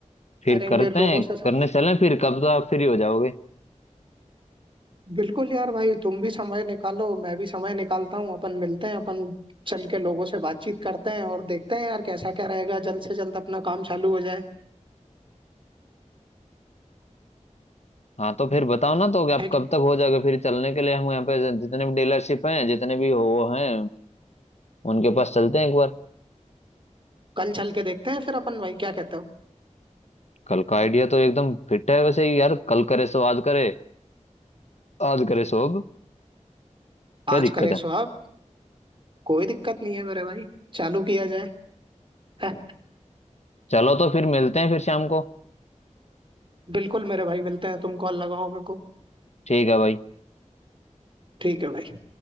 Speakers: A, on the left; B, on the right.
A: फिर
B: करेंगे
A: करते
B: लोगों
A: हैं
B: से समझे
A: करने चलें फिर कब तक फ्री हो जाओगे
B: बिल्कुल यार भाई तुम भी समय निकालो मैं भी समय निकालता हूँ अपन मिलते हैं अपन चल के लोगों से बातचीत करते हैं और देखते हैं यार कैसा क्या रहेगा जल्द से जल्द अपना काम चालू हो जाए
A: हाँ तो फिर बताओ ना तो कि आप
B: है कि
A: कब तक हो जाओगे फिर चलने के लिए हम यहाँ पे जितने भी डीलरशिप हैं जितने भी वो हैं उनके पास चलते हैं एक बार
B: कल चल के देखते हैं फिर अपन भाई क्या कहते हो
A: कल का आइडिया तो एकदम फिट है वैसे ही यार कल करे सो आज करे आज करे सो अब क्या
B: आज
A: दिक्कत
B: करे
A: है
B: सो आप कोई दिक्कत नहीं है मेरे भाई चालू किया जाए <laughs> है,
A: चलो तो फिर मिलते हैं फिर शाम को
B: बिल्कुल मेरे भाई मिलते हैं तुम कॉल लगाओ मेरे को
A: ठीक है भाई
B: ठीक है भाई